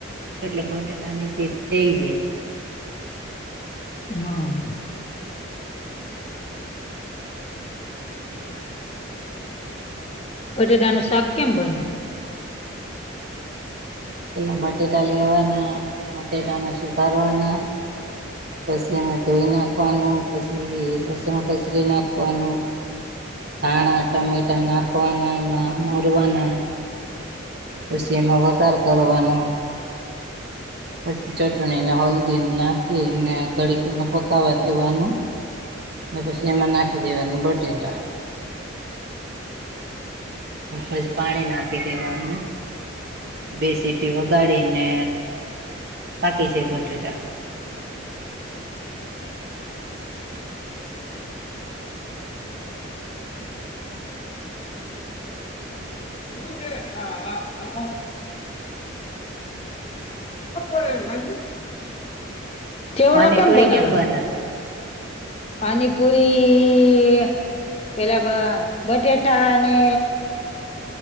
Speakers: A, on the right (about 50°); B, on the left (about 30°).
A: એટલે બટેાટા નીચે થઇ જાય.
B: હા.
A: <unintelligible>
B: બટેટા નું શાક કેમ બને.
A: પેલા બટેટા લેવાના બટેટાને સુધારવાના. પસી એને ધોઈ નાખવાનું, પસી લસણ કસરી નાખવાનું. ધાણા ટમેટા નાખવાના એમાં, મોરવાના પસી એમાં વગાર કરવાનો. પછી ચટણીને હળદી નાખીને ઘડીકીને પકવા દેવાનું. ને પછી એમાં નાખી દેવાનું બટેટા. અન પછી પાણી નાખી દેવાનું. બે સીટી વગાડીને, પાકીછે બટેટા.
B: <unintelligible> <unintelligible> <unintelligible> ચેવડો
A: પાણીપુરી
B: કેમ બનાવાય?
A: બને
B: પાનીપુરી ય, પેલા બટેાટા અને